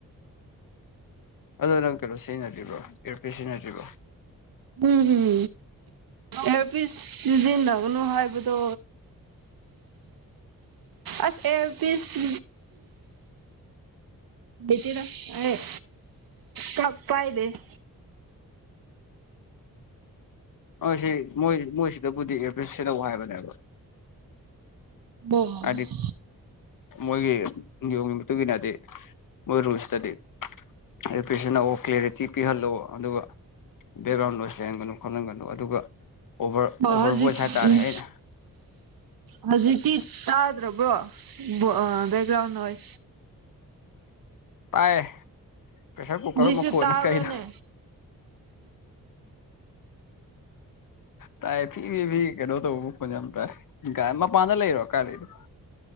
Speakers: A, on the left; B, on the right.
A: ꯑꯗꯣ ꯅꯪ ꯀꯩꯅꯣ ꯁꯤꯖꯤꯟꯅꯗ꯭ꯔꯤꯕꯣ ꯏꯌꯔꯄꯤꯁ ꯁꯤꯖꯤꯟꯅꯗ꯭ꯔꯤꯕꯣ
B: ꯎꯝꯎꯝ ꯏꯌꯔꯄꯤꯁ ꯁꯤꯖꯤꯟꯅꯒꯅꯨ ꯍꯥꯏꯕꯗꯣ ꯑꯁ ꯑꯦꯌꯔꯄꯤꯁ ꯂꯩꯇꯦꯗ ꯑꯩ ꯀꯥꯞ ꯄꯥꯏꯗꯦ <inaudible>
A: ꯑꯥ ꯁꯤ ꯃꯣꯏ ꯃꯣꯏꯁꯤꯗꯕꯨꯗꯤ ꯑꯦꯔꯄꯤꯁ ꯁꯤꯖꯤꯟꯅꯧ ꯍꯥꯏꯕꯅꯦꯕ
B: ꯑꯣ
A: ꯑꯗꯤ ꯃꯣꯏꯒꯤ ꯅꯤꯌꯣꯝ ꯒꯤ ꯃꯇꯨꯡꯏꯟꯅꯗꯤ ꯃꯣꯏ ꯔꯨꯜꯁꯇꯗꯤ ꯑꯗꯨ ꯏꯌꯔꯄꯤꯁ ꯁꯤꯖꯟꯅꯧꯑꯣ ꯀ꯭ꯂꯦꯔꯤꯇꯤ ꯄꯤꯍꯜꯂꯣ ꯑꯗꯨꯒ ꯕꯦꯛꯒ꯭ꯔꯥꯎꯟ ꯅꯣꯏꯁ ꯂꯩꯍꯟꯒꯅꯨ ꯈꯣꯠꯍꯟꯒꯅꯨ ꯑꯗꯨꯒ ꯑꯣꯚ꯭ꯔ ꯑꯣꯚ꯭ꯔ
B: ꯍꯧꯖꯤꯛ
A: ꯚꯣꯏꯁ ꯍꯥꯏꯇꯥꯔꯦ
B: ꯎꯝ
A: ꯑꯩꯅ
B: ꯍꯧꯖꯤꯛꯇꯤ ꯇꯥꯗ꯭ꯔꯕ꯭ꯔꯣ ꯕꯦ ꯕꯦꯑꯕꯦꯛꯒ꯭ꯔꯥꯎꯟ ꯑꯣꯏ
A: ꯇꯥꯏ ꯄꯦꯁ꯭ꯔ ꯀꯨꯀ꯭ꯔ
B: ꯍꯧꯖꯤꯛꯁꯨ
A: ꯃꯈꯣꯜꯅ
B: ꯇꯥꯕ꯭ꯔꯥꯅꯦ
A: ꯀꯩꯅꯣ ꯇꯥꯏ ꯐꯤ ꯐꯤ ꯀꯩꯅꯣ ꯇꯧꯕ ꯃꯈꯣꯟ ꯌꯥꯝ ꯇꯥꯏ ꯃꯄꯥꯟꯗ ꯂꯩꯔꯣ ꯀꯥꯏ ꯂꯩꯅꯣ